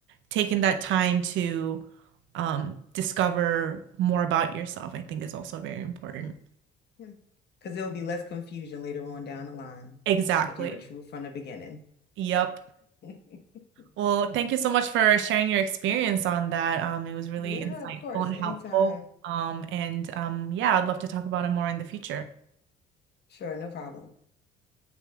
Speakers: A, on the right; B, on the left.
A: taking that time to um, discover more about yourself, I think is also very important.
B: Yeah. Because there will be less confusion later on down the line
A: Exactly.
B: because you were true from the beginning.
A: Yep.
B: <laughs>
A: Well, thank you so much for sharing your experience on that. Um, it was really
B: Yeah,
A: insightful
B: of course.
A: and
B: Anytime.
A: helpful. Um, and um, yeah, I'd love to talk about it more in the future.
B: Sure, no problem.